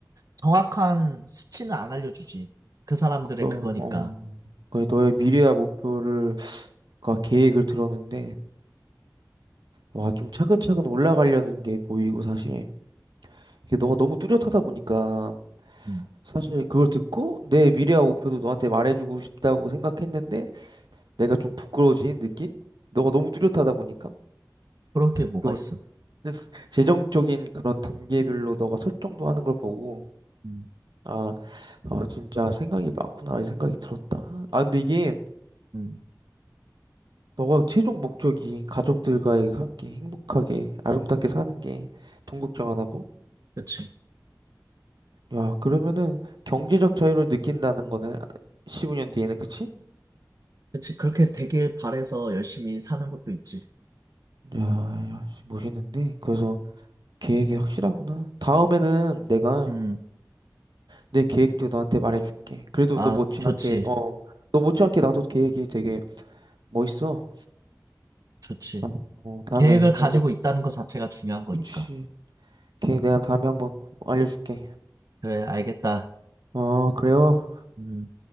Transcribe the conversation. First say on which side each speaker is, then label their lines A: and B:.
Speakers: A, on the right; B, on the right.
A: 정확한 수치는 안 알려주지. 그 사람들의
B: 너,
A: 그거니까.
B: 어, 그 너의 미래와 목표를, 그 계획을 들었는데, 와, 좀 차근차근 올라가려는 게 보이고, 사실. 이게 너가 너무 뚜렷하다 보니까,
A: 음,
B: 사실 그걸 듣고, 내 미래와 목표도 너한테 말해주고 싶다고 생각했는데, 내가 좀 부끄러워지는 느낌? 너가 너무 뚜렷하다 보니까.
A: 그렇게 뭐가
B: 또
A: 있어.
B: <laughs> 재정적인 그런 단계별로 너가 설정도 하는 걸 보고,
A: 음,
B: 아, 아, 진짜 생각이 많구나, 이 생각이 들었다. 아, 근데 이게,
A: 음,
B: 너가 최종 목적이 가족들과의 함께 행복하게 아름답게 사는 게 돈 걱정 안 하고
A: 그지
B: 야 그러면은 경제적 자유를 느낀다는 거는 15년 뒤에는 그치?
A: 그지 그렇게 되길 바래서 열심히 사는 것도 있지.
B: 야, 야 씨, 멋있는데 그래서 계획이 확실하구나 다음에는 내가
A: 음,
B: 내 계획도 너한테 말해줄게 그래도
A: 아,
B: 너 못지않게
A: 좋지.
B: 어 너 못지않게 나도 계획이 되게 멋있어
A: 좋지.
B: 어 어, 다음에
A: 계획을
B: 뭐
A: 가지고
B: 내가
A: 있다는 것 자체가 중요한 거니까.
B: 그치 계획 내가 다음에 한번 알려줄게
A: 그래, 알겠다.
B: 어 그래요
A: 음.